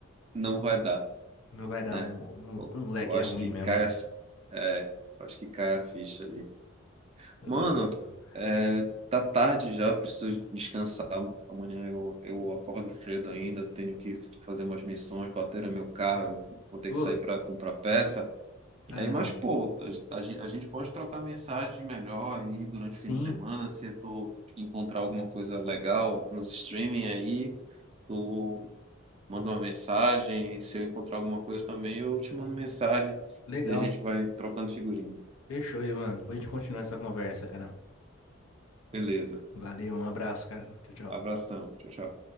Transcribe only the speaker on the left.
Não vai dar
um, o mo-
o moleque
é ruim
mesmo,
né?
Ah,
Legal.
Putz,
caramba.
Sim,
legal.
Fechou, Ivan. Depois a gente continua essa conversa, cara.
Valeu, um abraço, cara. Tchau, tchau.